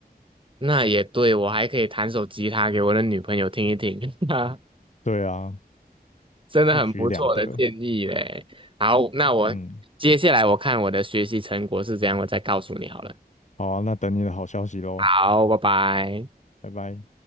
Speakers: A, on the right; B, on the left.
A: 那也对，我还可以弹首吉他给我的女朋友听一听，<laughs> 哈
B: 对啊，
A: 真的很不错的建议嘞。
B: 一举两得。
A: 好，那我接下来我看我的学习成果是怎样，
B: 嗯，
A: 我再告诉你好了。
B: 好啊，那等你的好消息喽，
A: 好，拜拜。
B: 拜拜。